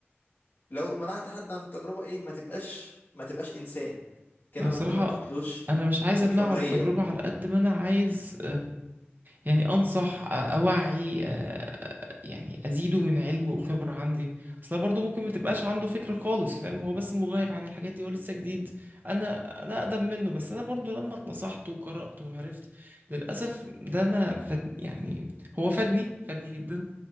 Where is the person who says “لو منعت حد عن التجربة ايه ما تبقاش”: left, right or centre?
Left